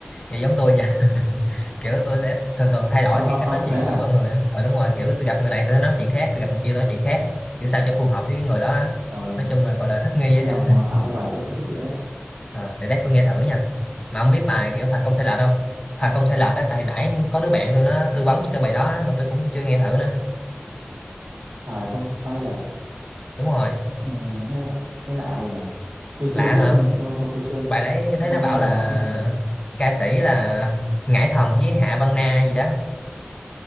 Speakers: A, on the left; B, on the right.
A: vậy giống tôi nha. <laughs> Kiểu tôi sẽ thường thường thay đổi
B: ông
A: khi
B: ông,
A: cách
B: ông
A: nói
B: cũng
A: chuyện
B: thế à
A: với mọi người á. Ờ đúng rồi, kiểu tôi gặp người này tôi nói chuyện khác, tôi gặp người kia tôi nói chuyện khác. Kiểu sao cho phù hợp với cái người đó. á.
B: ờ,
A: Nói chung là gọi là thích nghi á.
B: thế ông à, học với bài tâm sinh thức diện ấy
A: Ờ, để lát tôi nghe thử nha mà ông biết bài kiểu thật không sai lệch không thật không sai lệch tới tay nãy có đứa bạn tôi nó tư vấn cho tôi bài đó mà tôi cũng chưa nghe thử nữa
B: trời không sai lệch
A: đúng rồi
B: Ừ, nghe lạ nghe lạ vậy nhỉ tôi chưa
A: lạ
B: biết
A: hả
B: ông ơi tôi không tôi, tôi chưa
A: bài đấy
B: tôi
A: thấy
B: không
A: nó bảo
B: nghe bài
A: là
B: đó ờ
A: ca sĩ là Ngải Thần với Hạ Văn Na gì đó